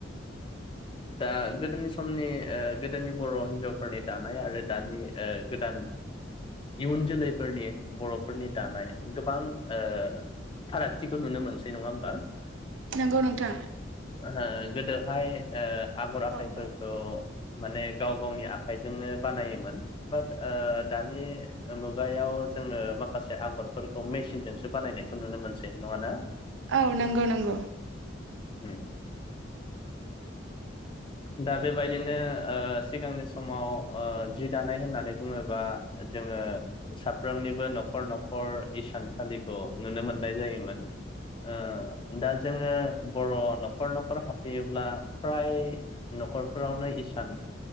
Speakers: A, on the left (about 25°); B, on the right (about 70°).
A: दा गोदोनि समनि ओ गोदोनि बर हिनजावफोरनि दानाय आरो दानि ओ गोदान इयुन जोलैफोरनि बरफोरनि दानाय गोबां ओ फारागथिखौ नुनो मोनसै नङा होमबा
B: नंगौ नोंथां
A: ओहो गोदोहाय ओ आगर आखाइफोरखौ
B: औ औ
A: माने गाव गावनि आ खाइजोंनो बानायोमोन बाट ओ दानि मुगायाव जोङो माखासे आगरफोरखौ मेसिनजोंसो बानायनाय खौ नुनो मोनसै नङा ना
B: औ नंगौ नंगौ
A: उम दा बेबायदिनो ओ सिगांनि समाव ओ जि दानाय होननानै बुङोबा जोङो साफ्रोमनिबो नखर नखर इसानसालिखौ नुनो मोननाय जायोमोन ओ दा जोङो बर नखर नखर हाबफैयोब्ला फ्राय नखरफोरावनो इसान